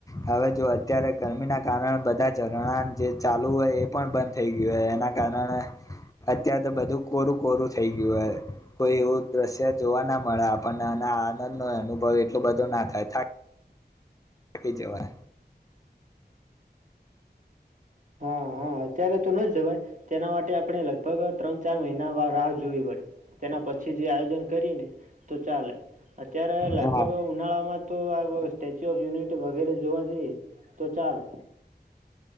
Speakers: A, on the left; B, on the right.
A: હવે જો અત્યારે ગરમીના કારણે બધા ઝરણા જે ચાલુ હોય એ પણ બંધ થઈ ગયું હોય એના કારણે અત્યારે તો બધું કોરું કોરું થઈ ગયું હો કોઈ એવું દ્રશ્ય જોવા ના મળે પણ એના આનંદ નો અનુભવ એટલો બધો ના થાય થ કી જવા.
B: હા હા અત્યારે તો ન જવાય, તેના માટે આપણે લગભગ ત્રણ ચાર મહિના રાહ જોવી પડે, તેના પછી જે આયોજન કરીએ ને તો ચાલે, અત્યારે લગભગ
A: હા
B: ઉનાળામાં તો આ સ્ટેચ્યુ ઓફ યુનિટી વગેરે જોવા જઈએ તો ચાલે.